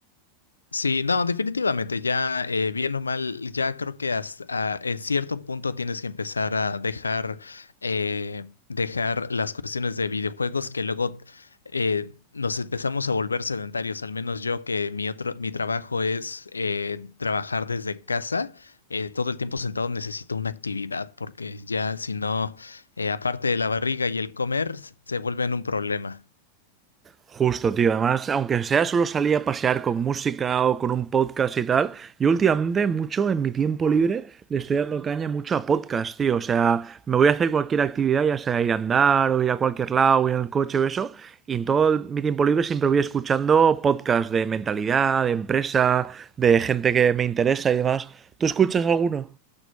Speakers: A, on the left (about 75°); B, on the right (about 20°).
A: Sí, no, definitivamente, ya eh, bien o mal, ya creo que hasta, ah, en cierto punto tienes que empezar a dejar, eh, dejar las cuestiones de videojuegos que luego eh, nos empezamos a volver sedentarios, al menos yo que mi otro, mi trabajo es eh, trabajar desde casa, eh, todo el tiempo sentado necesito una actividad, porque ya si no, eh, aparte de la barriga y el comer, se vuelven un problema.
B: Justo, tío. Además, aunque sea solo salía a pasear con música o con un podcast y tal, yo últimamente mucho en mi tiempo libre le estoy dando caña mucho a podcast, tío. O sea, me voy a hacer cualquier actividad, ya sea ir a andar o ir a cualquier lado, o ir en el coche o eso. Y en todo el- mi tiempo libre siempre voy escuchando podcast de mentalidad, de empresa, de gente que me interesa y demás. ¿Tú escuchas alguno?